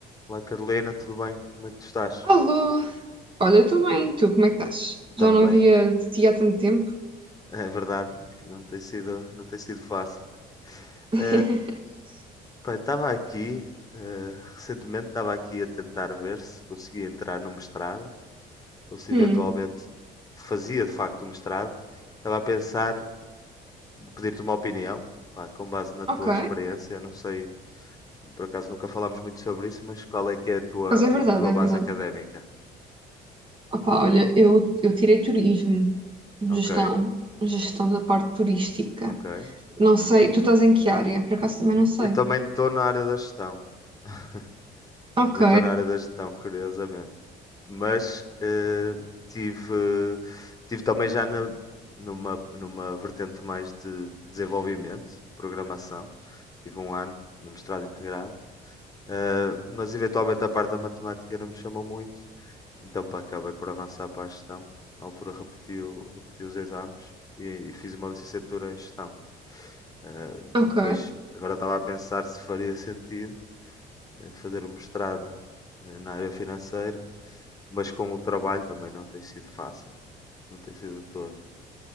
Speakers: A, on the left; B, on the right.
A: Olá Carolina, tudo bem? Como é que tu estás?
B: Alô! Olha, eu estou bem, tu, como é que estás?
A: Também,
B: Já não via de ti há tanto tempo?
A: é verdade, não tem sido, não tem sido fácil.
B: <laughs>
A: Eh, estava aqui, eh, recentemente estava aqui a tentar ver se conseguia entrar no mestrado, ou se
B: Hum,
A: eventualmente fazia de facto o mestrado. Estava a pensar, pedir-te uma opinião, pá, com base na tua
B: ok.
A: experiência, eu não sei, por acaso nunca falámos muito sobre isso, mas qual é que é a tua,
B: Por acaso é verdade,
A: a tua
B: é
A: base
B: verdade.
A: académica?
B: Opá, olha, eu, eu tirei turismo,
A: Ok,
B: gestão, gestão da parte turística.
A: ok.
B: Não sei, tu estás em que área? Por acaso também não sei.
A: Eu também estou na área da gestão. <laughs>
B: Ok,
A: Também estou na área da gestão, curiosamente. Mas eh, tive, tive também já na, numa, numa vertente mais de desenvolvimento, programação. Tive um ano no mestrado integrado. Eh, mas eventualmente a parte da matemática não me chamou muito, então pá, acabei por avançar para a gestão. Na altura repeti, o- repeti os exames e, e fiz uma licenciatura em gestão. Eh,
B: ok.
A: depois, agora estava a pensar se faria sentido eh, fazer um mestrado eh, na área financeira, mas com o trabalho também não tem sido fácil. Não tem sido de todo.